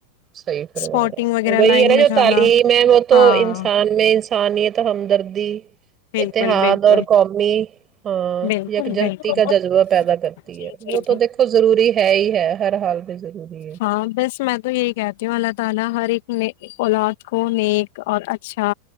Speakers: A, on the right; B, on the left.
A: صحیح فرمایا
B: اسپوٹنگ وغیرہ
A: وہی
B: لائن
A: ہے نا
B: میں
A: جو
B: جانا
A: تعلیم ہے وہ تو
B: ہاں
A: انسان میں انسانیت ہمدردی
B: بالکل
A: اتحاد
B: بالکل
A: اور قومی ہاں
B: بالکل
A: یکجہتی
B: بالکل
A: کا جذبہ پیدا کرتی
B: جی
A: ہے
B: جی
A: وہ
B: جی
A: تو دیکھ ضروری ہے ہی ہے ہر حال میں ضروری ہے
B: ہاں بس میں تو یہی کہتی ہوں اللہ تعالی ہر ایک میں اولاد کو نیک اور اچھا